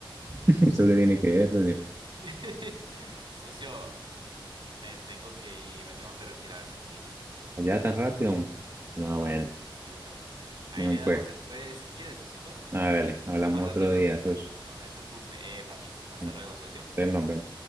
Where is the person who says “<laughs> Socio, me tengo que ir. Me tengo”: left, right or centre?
Right